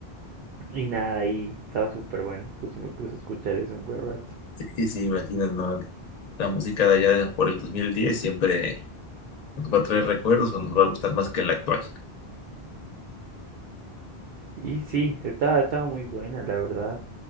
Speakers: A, on the right (about 70°); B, on the left (about 45°).
A: Y nada, ahí estaba súper bueno. Justo me puse a escuchar eso un buen rato.
B: Y si imaginas, ¿no? La música de allá por el 2010 siempre nos va a traer recuerdos o nos va a gustar más que la actual.
A: Y sí, estaba, estaba muy buena, la verdad.